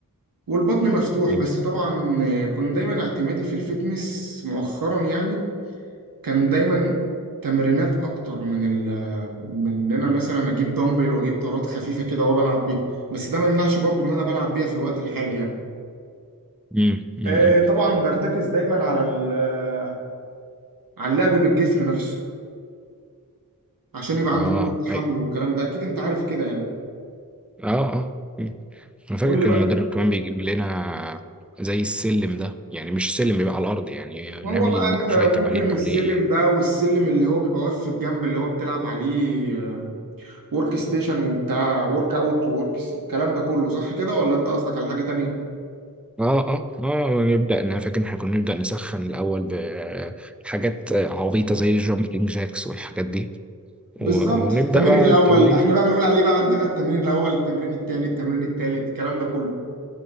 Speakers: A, on the right (about 70°); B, in the centre.
A: والبطن مفتوح
B: مم.
A: بس طبعا آه، كنت دايما اعتمادي في الفتنس مؤخرا يعني كان دايما تمرينات اكتر من ال من ان انا مثلا اجيب دمبل واجيب طارات خفيفه كده وبلعب بيها بس ده ما يمنعش برضو ان انا بلعب بيها في الوقت الحالي يعني
B: مم. مم.
A: آه، طبعا برتكز دايما على ال- آه، على اللعب بالجسم نفسه عشان يبقى عندك
B: اه
A: قوة تحمل
B: أي.
A: والكلام ده اكيد انت عارف كده يعني
B: اه اه مم. انا فاكر
A: قول
B: كان
A: لي بقى
B: المدرب كمان بيجيب لنا زي السلم ده يعني مش سلم بيبقى على الارض يعني نعمل
A: ما هو بقى انت
B: شويه
A: ممكن
B: تمارين
A: السلم
B: عليه
A: ده والسلم اللي هو بيبقى واقف في الجنب اللي هو بتلعب عليه ورك ستيشن وبتاع ورك اوت وورك الكلام ده كله صح كده ولا انت قصدك على حاجة تانية
B: اه اه اه نبدا انا فاكر إن احنا كنا نبدا نسخن الاول بحاجات عبيطه زي الجامبلينج جاكس والحاجات دي
A: بالظبط
B: و- ونبدا
A: التمرين
B: بقى يا
A: الاول
B: التمرين
A: احنا
B: في-
A: بقى بنقول عليه بقى عندنا التمرين الاول التمرين الثاني التمرين الثالث الكلام ده كله